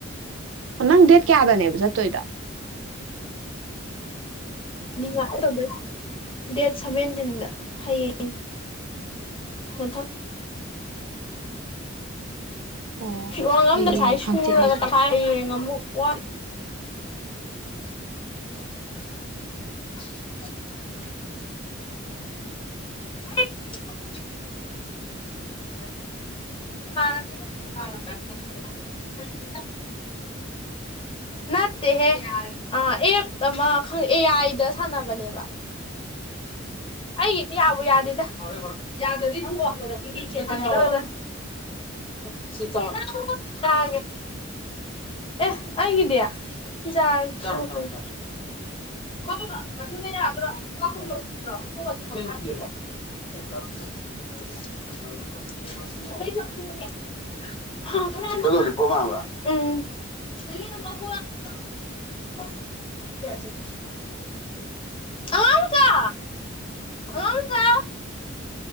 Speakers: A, on the right; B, on the left.
A: ꯑꯣ ꯅꯪ ꯗꯦꯠ ꯀꯌꯥꯗꯅꯦꯕ ꯇꯣꯏꯗ
B: ꯅꯤꯡꯉꯥꯏ ꯇꯧꯗꯣꯏ ꯗꯦꯠ ꯁꯚꯦꯟꯇꯤꯟꯗ ꯍꯌꯦꯡ ꯃꯊꯪ
A: ꯑꯣ
B: ꯐꯤꯔꯣꯟ ꯑꯃꯝꯗ
A: ꯍꯌꯦꯡ
B: ꯉꯁꯥꯏ ꯁꯨꯔꯒ
A: ꯍꯥꯡꯆꯤꯠꯅꯤꯅꯦ
B: ꯇꯪꯈꯥꯏ ꯍꯌꯦꯡ ꯑꯃꯨꯛ ꯋꯥ <unintelligible>
A: <unintelligible>
B: <unintelligible> <unintelligible> <unintelligible> <unintelligible> ꯎꯝ ꯅꯠꯇꯦꯍꯦ ꯑꯦꯞ ꯑꯃ ꯑꯦ ꯑꯥꯏꯗ ꯁꯥꯟꯅꯕꯅꯦꯕ ꯑꯩꯒꯤꯗꯤ ꯌꯥꯗꯦꯗ <unintelligible> ꯑꯦ ꯑꯩꯒꯤꯗꯤ ꯁꯤ <unintelligible> <unintelligible> ꯑꯉꯥꯡꯃꯆꯥ ꯑꯉꯥꯡꯃꯆꯥ